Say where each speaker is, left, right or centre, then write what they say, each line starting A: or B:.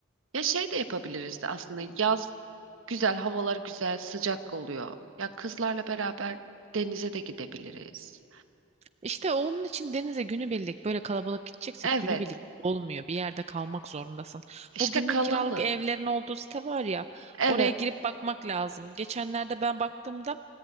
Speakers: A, on the right; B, on the right.
A: Ya şey de yapabiliriz de aslında yaz güzel, havalar güzel, sıcak oluyor. Ya kızlarla beraber denize de gidebiliriz.
B: İşte onun için denize günübirlik böyle kalabalık gideceksek
A: Evet,
B: günübirlik olmuyor. Bir yerde kalmak zorundasın.
A: işte
B: Bu günlük
A: kalalım.
B: kiralık evlerin olduğu site var ya
A: Evet.
B: oraya girip bakmak lazım. Geçenlerde ben baktığımda